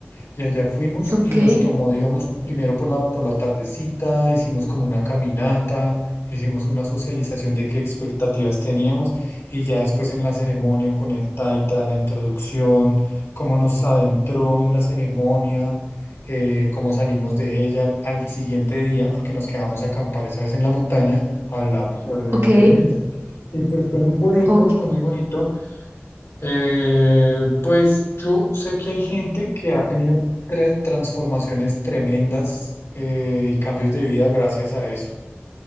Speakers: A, on the left; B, on the right.
A: y allá fuimos
B: ok,
A: y nos tomó, digamos, primero por la, por la tardecita, hicimos como una caminata, hicimos una socialización de qué expectativas teníamos y ya después en la ceremonia con el taita, la introducción, cómo nos adentró en la ceremonia, eh, cómo salimos de ella al, al siguiente día, porque nos quedamos a acampar esa vez en la montaña, hablamos sobre la
B: ok,
A: experiencia. Y pues fue muy bonito,
B: ok,
A: fue muy bonito. Eh, pues yo sé que hay gente que ha tenido tra- transformaciones tremendas eh, y cambios de vida gracias a eso.